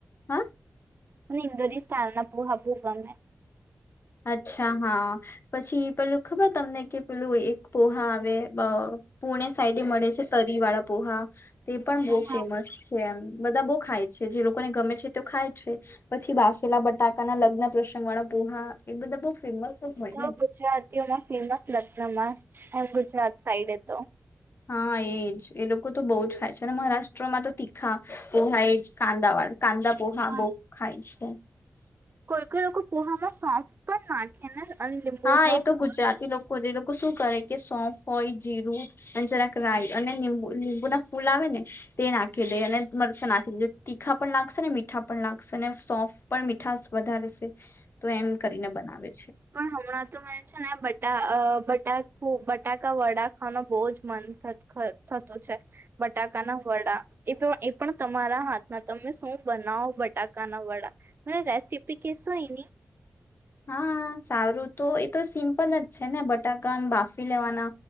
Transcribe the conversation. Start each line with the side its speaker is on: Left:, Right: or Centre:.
Left: હા
Right: મને ઇન્દોરની સ્ટાઈલના <unintelligible> હાપું ગમે
Left: અચ્છા, હા, પછી પેલું ખબર તમને કે પેલું એક પોહા આવે પુણે સાઈડ મળે છે તરી વાળા પોહા તે પણ બહુ ફેમસ
Right: હા
Left: છે એમ બધા બહુ ખાય છે જે લોકોને ગમે છે તો ખાય છે, પછી બાફેલા બટાકા ના લગ્ન પ્રસંગ વાળા પોહા એ બધા ફેમસ જ હોય
Right: તો,
Left: ને
Right: ગુજરાતીઓમાં ફેમસ લગ્નમાં <unintelligible> સાઈડે તો
Left: હા, એજ એ લોકો તો બહુ જ ખાય છે, અને મહારાષ્ટ્રમાં તો તીખા પોહા એજ કાંદાવાળ કાંદા પોહા
Right: હા
Left: બહુ ખાય છે
Right: <unintelligible> પોહામા શ્વાસ પણ નાખીને અંદર <unintelligible>
Left: હા એ તો ગુજરાતી લોકો જે લોકો શું કરે કે સોફ હોય જીરું અને જરાક રાય અનેબુ લીંબુ ના ફૂલ આવે ને તે નાખી દે અને મરચુ નાખી દે તીખા પણ લાગશે ને મીઠા પણ લાગશે અને સોફ પણ મીઠા વધારે છે તો એમ કરીને બનાવે
Right: પણ હમણાં તો મને છે ને બટા અ બટા બટાકા વડા ખાવાનો બહુજ મન થતું છે, બટાકાના વડા એતો એ પણ તમારા હાથના તમે શું બનાવો બટાકાના વડા મને રેસીપી કેશો એની
Left: હા, સારું તો એતો સિમ્પલ જ છે ને બટાકા બાફી લેવાના,